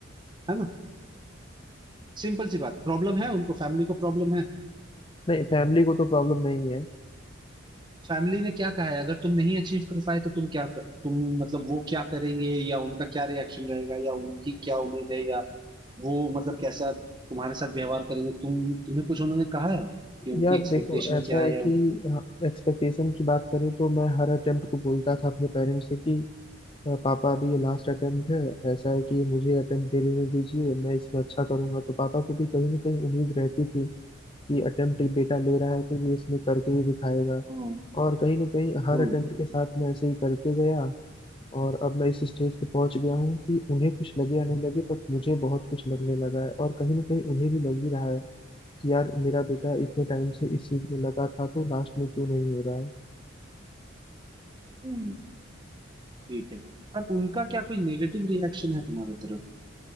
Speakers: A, on the right; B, on the left.
A: है ना सिंपल सी बात प्रॉब्लम है उनको फैमिली को प्रॉब्लम है
B: नहीं फैमिली को तो प्रॉब्लम नहीं है
A: फैमिली ने क्या कहा है अगर तुम नहीं अचीव कर पाए तो तुम क्या कर, तुम मतलब वो क्या करेंगे या उनका क्या रिएक्शन रहेगा या उनकी क्या उम्मीद है या वो मतलब कैसा तुम्हारे साथ व्यवहार करेंगे तुम तुम्हें कुछ उन्होंने कहा है कि उनकी
B: यार
A: एक्सपेक्टेशन
B: देखो ऐसा
A: क्या है
B: है
A: या
B: कि
A: उन...
B: एक्सपेक्टेशन की बात करें तो मैं हर अटेम्प्ट को बोलता था अपने पेरेंट्स से कि "अ, पापा अभी ये लास्ट अटेम्प्ट है ऐसा है कि मुझे अटेम्प्ट दे लेने दीजिए मैं इसमें अच्छा करूंगा तो पापा को भी कहीं ना कहीं उम्मीद रहती थी कि अटेम्प्ट बेटा ले रहा है तो ये इसमें करके ही दिखाएगा
A: हम्म
B: और कहीं ना कहीं हर
A: हम्म
B: अटेम्प्ट के साथ मैं ऐसे ही करते गया और अब मैं इस स्टेज पे पहुंच गया हूँ कि उन्हें कुछ लगे या न लगे बट मुझे बहुत कुछ लगने लगा है और कहीं ना कहीं उन्हें भी लग ही रहा है कि यार मेरा बेटा इतने टाइम से इस चीज में लगा था तो लास्ट में क्यों नहीं हो रहा है
A: हम्म ठीक है पर उनका क्या कोई नेगेटिव रिएक्शन है तुम्हारे तरफ